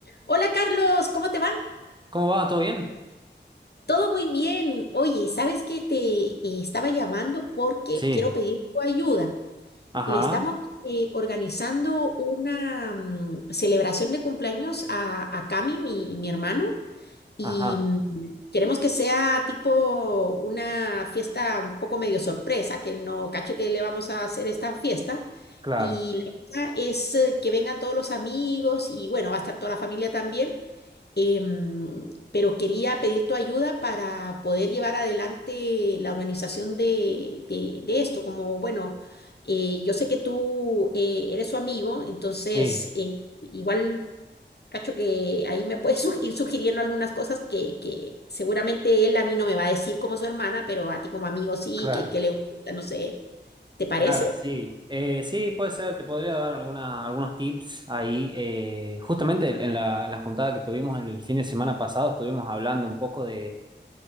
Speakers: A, on the left; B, on the right.
A: Hola Carlos, ¿cómo te va?
B: ¿Cómo va? ¿Todo bien?
A: Todo muy bien. Oye, sabes que te eh, estaba llamando porque
B: Sí,
A: quiero pedir tu ayuda.
B: ajá,
A: Le estamos eh, organizando una mm, celebración de cumpleaños a, a Cami, mi, mi hermano, y
B: ajá,
A: mm, queremos que sea tipo una fiesta un poco medio sorpresa, que él no cache que le vamos a hacer esta fiesta.
B: claro,
A: Y la idea es eh, que vengan todos los amigos y bueno, va a estar toda la familia también. Em, pero quería pedir tu ayuda para poder llevar adelante la organización de, de- de esto. Como, bueno, eh, yo sé que tú eh, eres su amigo, entonces
B: sí,
A: eh, igual Cacho que ahí me puede <laughs> sug- ir sugiriendo algunas cosas que, que seguramente él a mí no me va a decir como su hermana, pero a ti como amigo sí,
B: claro,
A: que, que le gusta, no sé. ¿Te parece?
B: claro, sí. Eh, sí, puede ser, te podría dar alguna, algunos tips ahí. eh, justamente en la, en la juntada que tuvimos el fin de semana pasado estuvimos hablando un poco de,